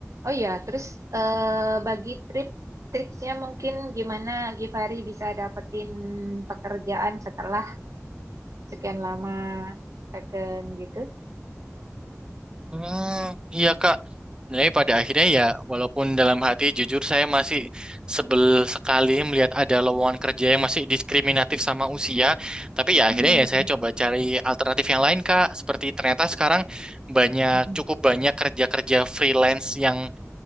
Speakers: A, on the right; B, on the right.
A: Oh ya, terus eh, bagi trip triksnya mungkin gimana Givari bisa dapetin pekerjaan setelah sekian lama vacation gitu?
B: Hmm, iya Kak. Sebenarnya pada akhirnya ya, walaupun dalam hati jujur saya masih sebel sekali melihat ada lowongan kerja yang masih diskriminatif sama usia. Tapi ya
A: Hmm,
B: akhirnya ya saya coba cari alternatif yang lain Kak. Seperti ternyata sekarang banyak,
A: mm-mm,
B: cukup banyak kerja-kerja freelance yang